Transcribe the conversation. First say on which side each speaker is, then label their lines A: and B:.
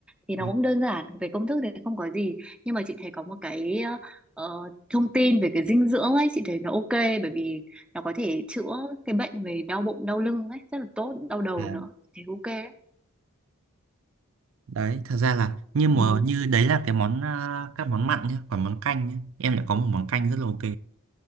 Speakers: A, in the centre; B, on the right.
A: thì
B: đúng.
A: nó cũng đơn giản về công thức thì không có gì nhưng mà chị thấy có một cái ờ, thông tin về cái dinh dưỡng ấy chị thấy nó ok bởi vì nó có thể chữa cái bệnh về đau bụng đau lưng ấy rất là tốt đau đầu
B: À,
A: nữa chị thấy ok đấy.
B: đấy thật ra là như mùa
A: Ừ.
B: như đấy là cái món à, các món mặn nhá còn món canh nhá em lại có một món canh rất là ok